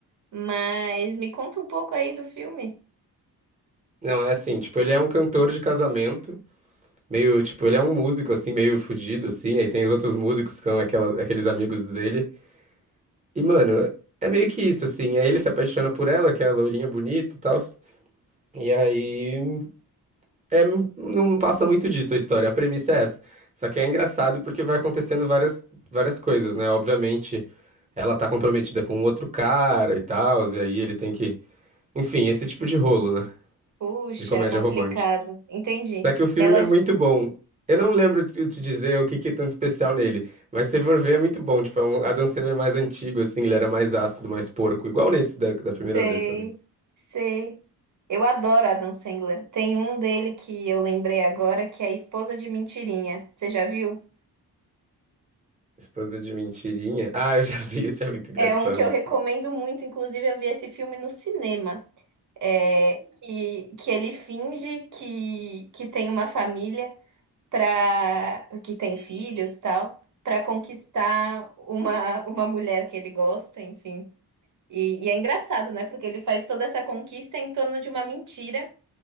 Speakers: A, on the right (about 50°); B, on the right (about 20°).
A: Mas me conta um pouco aí do filme.
B: Não, é assim, tipo, ele é um cantor de casamento, meio, tipo, ele é um músico, assim, meio fudido, assim, aí tem os outros músicos que são aquela, aqueles amigos dele. E, mano, é meio que isso, assim, aí ele se apaixona por ela, que é a loirinha bonita e tal. E aí, é, não passa muito disso a história, a premissa é essa. Só que é engraçado porque vai acontecendo várias, várias coisas, né? Obviamente, ela tá comprometida com um outro cara e tal, e aí ele tem que... Enfim, esse tipo de rolo, né?
A: Puxa,
B: De comédia
A: é complicado.
B: romântica.
A: Entendi.
B: Só que o filme
A: Elas
B: é muito bom. Eu não lembro te te dizer o que que é tanto especial nele, mas se você for ver é muito bom. Tipo, é um Adam Sandler mais antigo, assim, ele era mais ácido, mais porco, igual nesse da, da primeira
A: sei,
B: vez também.
A: sei. Eu adoro Adam Sandler. Tem um dele que eu lembrei agora que é Esposa de Mentirinha. Você já viu?
B: Esposa de mentirinha. Ah, eu já vi, <laughs> isso é muito engraçado.
A: É um que eu recomendo muito. Inclusive, eu vi esse filme no cinema. É, que, que ele finge que, que tem uma família para que tem filhos, tal, para conquistar uma, uma mulher que ele gosta, enfim. E, e é engraçado, né? Porque ele faz toda essa conquista em torno de uma mentira,